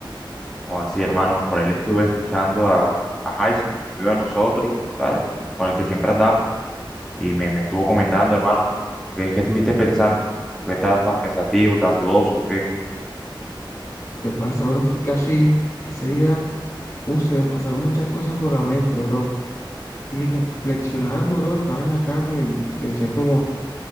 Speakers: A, in the centre; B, on the left.
A: O así, hermano, por ahí le estuve escuchando a, a Jason, un amigo de nosotros, ¿sabes? Con el que siempre andamos, y me, me estuvo comentando, hermano, ¿qué, qué estuviste pensando? ¿Por ¿Qué estabas tan pensativo, tan dudoso? ¿Qué?
B: Lo que pasa, bro, es que casi ese día, uh, se me pasaron muchas cosas por la mente, bro. Y reflexionando, bro, estaba en la cama y, y pensé como,